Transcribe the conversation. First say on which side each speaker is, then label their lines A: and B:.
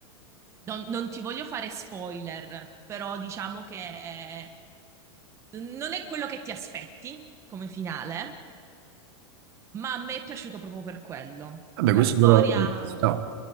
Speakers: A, on the right (about 20°); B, on the right (about 50°).
A: non, non ti voglio fare spoiler, però diciamo che eh, non è quello che ti aspetti come finale, ma a me è piaciuto proprio per quello.
B: Vabbè,
A: La
B: questo
A: storia,
B: però ci sta